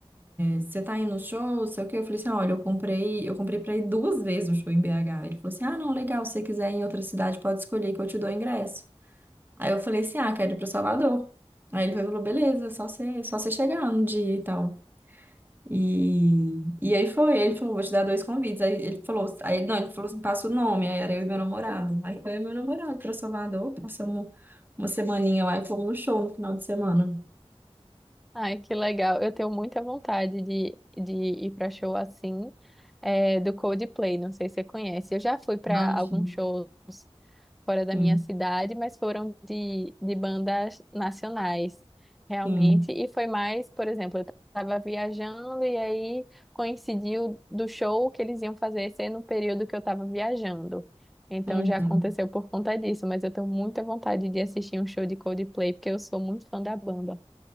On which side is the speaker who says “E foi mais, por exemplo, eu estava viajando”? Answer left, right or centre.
Centre